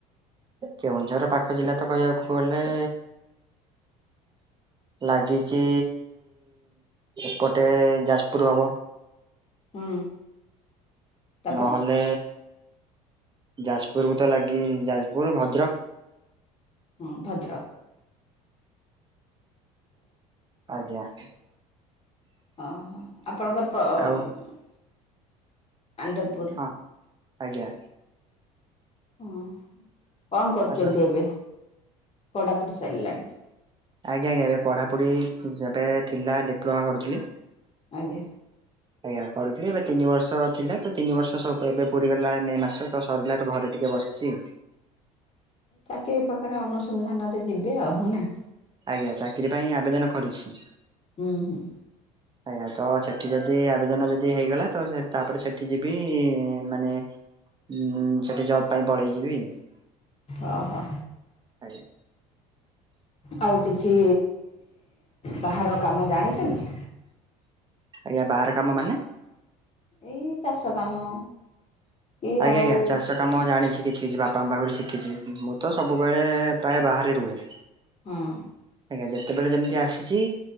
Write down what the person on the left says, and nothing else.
ହୁଁ। ତାପରେ
ହଁ ଭଦ୍ରକ।
ଅ ହଁ ଆପଣଙ୍କର ତ ଆନନ୍ଦପୁର।
ହଁ କଣ କରୁଛନ୍ତି
ଏବେ ପଢାପଢ଼ି ସାରିଲାଣି।
ଆଜ୍ଞା।
ଚାକିରୀ ପକା ରେ ଅନୁସନ୍ଧାନରେ ଯିବେ ଆଉ ନା।
ହୁଁ ହୁଁ।
ଅ ହଁ।
ଆଉ କିଛି ବାହାର କାମ ଜାଣିଛନ୍ତି?
ଏଇ ଚାଷ କାମ। କି
ଆଉ
ହଁ।